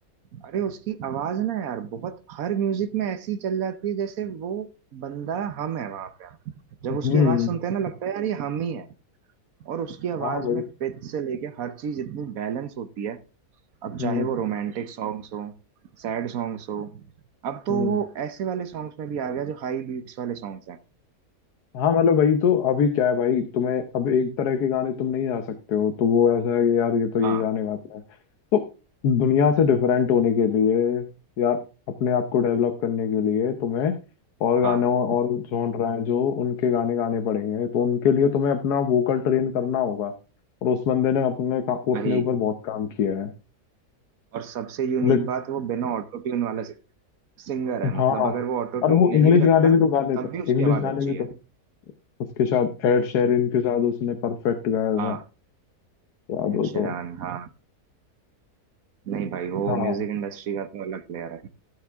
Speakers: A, on the right (about 65°); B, on the left (about 85°).
A: अरे उसकी आवाज ना यार बहुत हर म्यूजिक में ऐसी चल जाती है जैसे वो बंदा हम है वहां पे जब उसकी
B: हम्म
A: आवाज सुनते हैं ना लगता है यार ये हम ही है और उसकी आवाज
B: हाँ भाई
A: में पिच से लेके हर चीज इतनी बैलेंस होती है अब
B: हम्म
A: चाहे वो रोमांटिक सॉन्ग्स हो सैड सॉन्ग्स हो अब तो
B: हम्म
A: वो ऐसे वाले सॉन्ग्स में भी आ गया जो हाई बीट्स वाले सॉन्ग्स हैं
B: हाँ मतलब वही तो अभी क्या है भाई तुम्हें अब एक तरह के गाने तुम नहीं गा सकते हो तो वो ऐसा है कि यार ये तो यही
A: हाँ
B: गाने गाते हैं तो दुनिया से डिफरेंट होने के लिए यार अपने आप को डेवलप करने के लिए तुम्हें और गानों
A: हाँ
B: और जॉनरा है जो उनके गाने गाने पड़ेंगे तो उनके लिए तुम्हें अपना वोकल ट्रेन करना होगा और उस बंदे ने अपने का, अपने
A: वही
B: ऊपर बहुत काम किया है
A: और सबसे यूनिक
B: लेट
A: बात वो बिना ऑटो ट्यून वाला सिंगर है
B: हाँ
A: मतलब अगर वो ऑटो
B: और
A: ट्यून
B: वो
A: नहीं
B: इंग्लिश
A: भी
B: गाने
A: रखता
B: भी तो गा लेता
A: तब
B: है
A: भी उसकी
B: इंग्लिश
A: आवाज
B: गाने
A: अच्छी
B: भी
A: है
B: तो उसके साथ एड शेरिन के साथ उसने परफेक्ट गाया
A: हाँ
B: था याद
A: एड
B: हो
A: शेरान
B: तो
A: हाँ नहीं भाई वो
B: हाँ
A: म्यूजिक इंडस्ट्री का तो अलग प्लेयर है